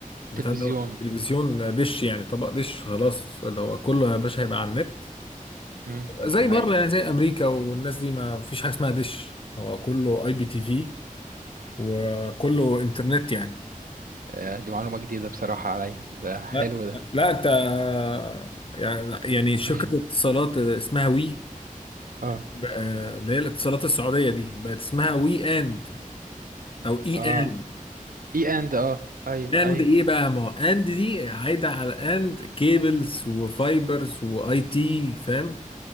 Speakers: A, on the left; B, on the right.
A: بتاع
B: تلفزيون
A: ده تلفزيون آه، دش يعني طبق دش خلاص اللي هو كله يا باشا هيبقى على النت
B: مم،
A: هيبقى زي
B: ده
A: بره
B: هي
A: يعني زي امريكا والناس دي ما فيش حاجه اسمها دش هو كله اي بي تي في وكله انترنت يعني
B: آه، دي معلومة جديدة بصراحة عليا ده حلو
A: لا
B: ده
A: لا انت آه، يعني يعني شركه
B: <laughs>
A: اتصالات اسمها وي
B: اه
A: بقى اللي هي الاتصالات السعودية دي بقت اسمها وي اند او اي
B: اه
A: اند
B: اي اند اه ايوه
A: اند
B: ايوه
A: ايه بقى ما هو اند دي هايدة على اند كيبلز وفايبرز واي تي فاهم